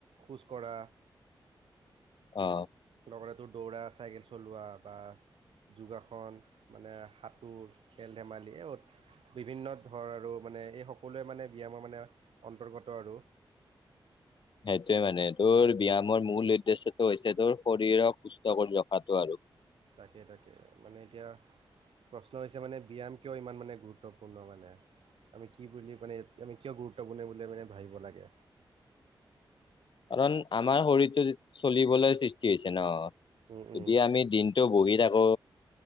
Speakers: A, on the right; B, on the left.
A: খোজকঢ়া
B: অ
A: তো দৌৰা চাইকেল চলোৱা বা যোগাসন মানে সাঁতোৰ খেল ধেমালি বিভিন্ন ধৰ আৰু মানে এই সকলোৱে মানে ব্যায়ামৰ মানে অন্তৰ্গত আৰু
B: সেইটোয়ে মানে তোৰ ব্যায়ামৰ মূল উদ্দেশ্যটো হৈছে তোৰ শৰীৰক সুস্থ কৰিব ৰখা দখাটো আৰু
A: তাকে তাকে মানে এতিয়া প্ৰশ্ন হৈছে মানে ব্যায়াম কিয় ইমান মানে গুৰুত্বপূৰ্ণ মানে আমি কি বুলি মানে আমি কিয় গুৰুত্বপূৰ্ণ বুলি মানে ভাবিব লাগে
B: <unintelligible> কাৰণ আমাৰ শৰীৰটো চলিবলৈ সৃষ্টি হৈছে ন
A: উম উম
B: যদি আমি দিনটো বহি থাক অ